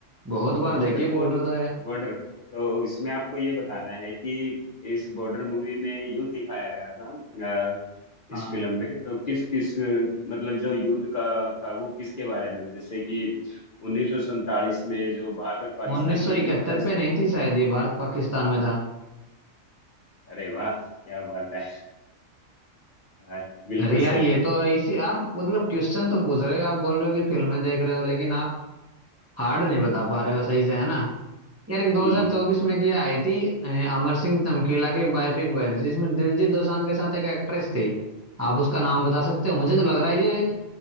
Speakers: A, on the right; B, on the left.
A: बहुत
B: तो
A: बार
B: बॉर्डर
A: देखी है
B: मूव
A: बॉर्डर तो है
B: बॉर्डर तो इसमें आपको ये बताना है कि इस बॉर्डर मूवी में युद्ध दिखाया गया था अ, इस
A: हाँ
B: फिल्म में तो किस किस मतलब जो युद्ध का था वो किसके बारे में था जैसे कि उन्नीस सौ सैंतालीस में जो भारत और पाकिस्तान
A: उन्नीस
B: के
A: सौ
B: युद्ध
A: इकहत्तर
B: को दर्शा
A: पे नहीं थी शायद ये भारत पाकिस्तान में था
B: अरे वाह क्या बात है यार बिल्कुल
A: अरे यार
B: सही
A: ये
B: है
A: तो इसी आप मतलब क्वेश्चन तो पूछ रहे हो आप बोल रहे हो कि फिल्में देख रहे हो लेकिन आप हार्ड नहीं बता पा रहे हो सही से है ना यार एक 2024
B: हम्म,
A: में क्या आई थी अ, अमर सिंह चमकीला की एक बायोपिक बनी थी, जिसमें दिलजीत दोसांझ के साथ एक एक्ट्रेस थी आप उसका नाम बता सकते हो मुझे तो लग रहा है ये